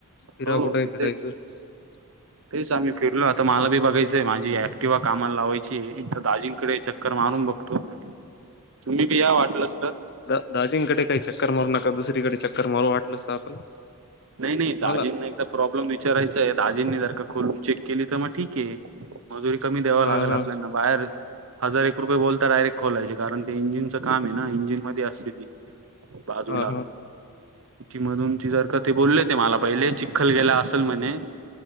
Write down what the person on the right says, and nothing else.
हो
तेच.
तेच आम्ही फिरलो आता मला बी बघायंय माझी ऍटिवा कामाला लावायची एक तर दाजिंकडे चक्कर मारून बघो तुम्ही का या वाटलच तर
नाही नाही दाजींना
एकदा प्रॉब्लेम विचारायचा आहे दाजींनी जर का करून चेक केली तर मग ठीके मजुरी कमी द्यावा
लागेल
आपल्याना बाहेर हजार एक रुपये बोलता डायरेक्ट खोलायचे कारण ते इंजिनचं काम आहे ना इंजिन मध्ये असते ती. बाजूला
ती मधून ती जर का ते बोलले ते मला पहिले चिखल गेला असेल म्हणे.